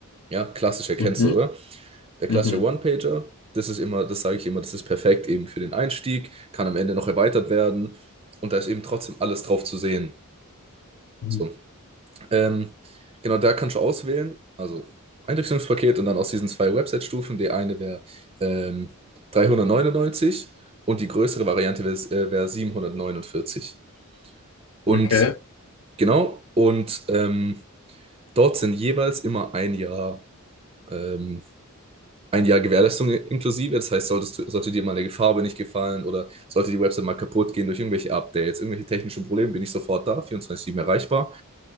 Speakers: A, on the right; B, on the left.
A: Ja, klassischer kennst
B: Mhm,
A: du, oder? Der klassische
B: mhm,
A: One-Pager, das ist immer, das sage ich immer, das ist perfekt eben für den Einstieg, kann am Ende noch erweitert werden und da ist eben trotzdem alles drauf zu sehen.
B: mhm,
A: So, Ähm, genau, da kannst du auswählen, also Einrichtungspaket und dann aus diesen zwei Website-Stufen. Die eine wäre ähm, 399 und die größere Variante wäre äh, wär 749. Und
B: okay,
A: genau, und ähm, dort sind jeweils immer ein Jahr, ähm, ein Jahr Gewährleistung inklusive. Das heißt, solltest du, sollte dir mal eine Farbe nicht gefallen oder sollte die Website mal kaputt gehen durch irgendwelche Updates, irgendwelche technischen Probleme, bin ich sofort da, 24/7 erreichbar.